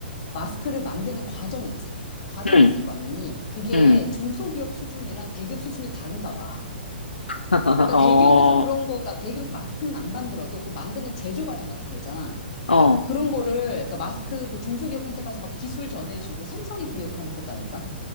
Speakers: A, on the left; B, on the left.
A: 마스크를 만드는 과정 있지. 과정이
B: 응,
A: 있을 거 아니니? 그게
B: 응.
A: 중소기업 수준이랑 대기업 수준이 다른가 봐.
B: <laughs>
A: 그러니까
B: 어,
A: 대기업에서 그런 거가, 대기업에서 마스크는 안 만들어도 그 만드는 제조 과정 같은 거 있잖아.
B: 어,
A: 그런 거를, 그러니까 마스크 그 중소기업한테 가서 막 기술 전해주고 삼성이 그 역할을 했었다니까?